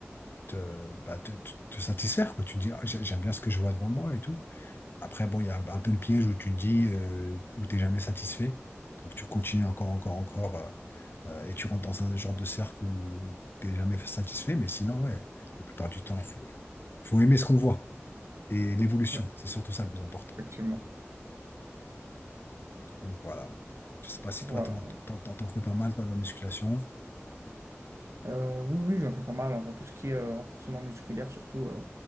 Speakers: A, on the left; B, on the right.
A: te, bah, te, te- te satisfaire, quoi. Tu te dis, Ah, j'ai- j'aime bien ce que je vois devant moi et tout. Après, bon, il y a un, un peu le piège où tu te dis, euh, où t'es jamais satisfait. Donc, tu continues encore, encore, encore, euh, euh, et tu rentres dans un genre de cercle où t'es jamais satisfait. Mais sinon, ouais, la plupart du temps, faut, faut aimer ce qu'on voit et l'évolution.
B: ouais,
A: C'est surtout ça le plus important.
B: effectivement.
A: Donc, voilà. Je sais pas si
B: Voilà.
A: toi, t'en, t'en, t'en- t'en fais pas mal, toi, de la musculation.
B: Euh, oui, oui, j'en fais pas mal. Enfin, tout ce qui est euh, renforcement musculaire, surtout euh,